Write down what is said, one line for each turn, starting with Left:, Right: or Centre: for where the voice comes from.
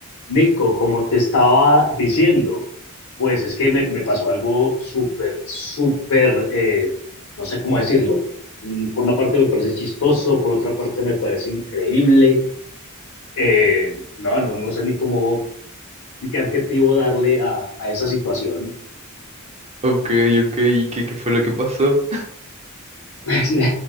Left: Nico, como te estaba diciendo, pues es que me, me pasó algo súper, súper, eh, no sé cómo decirlo. Un- Por una parte me parece chistoso, por otra parte me parece increíble. Eh, no, no, no sé ni cómo, ni qué adjetivo darle a, a esa situación. <laughs>
Right: Ok, ok, ¿y qué, qué fue lo que pasó?
Left: Pues,